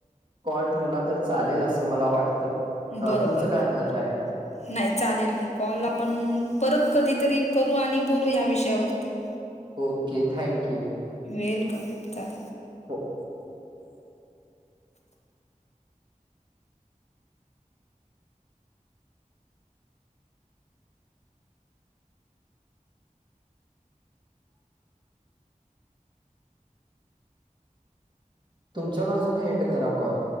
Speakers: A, on the right; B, on the left.
A: कॉल ठेवला तर चालेल असं मला वाटतं अ
B: बरोबर,
A: तुमचं काय
B: बरोबर.
A: मत आहे
B: नाही चालेल की कॉल आपण परत कधीतरी करू आणि बोलू या्या विषयावरती ह
A: ओके थँक्यू
B: वेलकम
A: हो तुमच्या बाजूने एंड करा कॉल